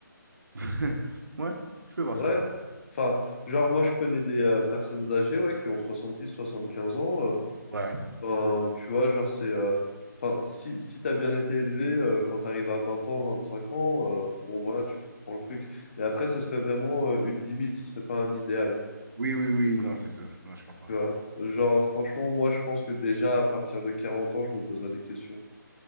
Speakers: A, on the right; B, on the left.
A: <laughs> Ouais, je peux voir
B: Ouais.
A: ça.
B: Enfin, genre, moi, je connais des euh, personnes âgées ouais, qui ont soixante 75 ans. euh,
A: Ouais.
B: ben, tu vois, genre, c'est. euh, Enfin, si, si t'as bien été élevé, euh, quand t'arrives à 20 ans, 25 ans, euh, bon, voilà, tu comprends le truc. Mais après, ce serait vraiment euh, une limite, ce serait pas un idéal, quoi.
A: Oui, oui, oui, non, c'est ça. Non, je comprends.
B: Tu vois? Genre, franchement, moi, je pense que déjà, à partir de 40 ans, je me poserais des questions.